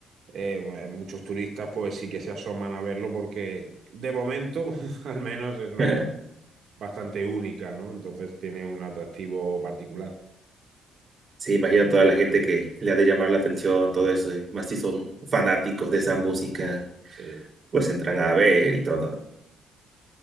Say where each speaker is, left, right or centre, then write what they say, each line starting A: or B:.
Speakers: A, on the right (about 60°); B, on the right (about 40°).
A: eh, bueno, muchos turistas, pues sí que se asoman a verlo porque de momento, <laughs> al menos, es una
B: <laughs>
A: cosa bastante única, ¿no? Entonces tiene un atractivo particular.
B: Sí, imagino a toda la gente que le ha de llamar la atención, todo eso, y más si son fanáticos de esa música,
A: Sí.
B: pues entran a ver y todo.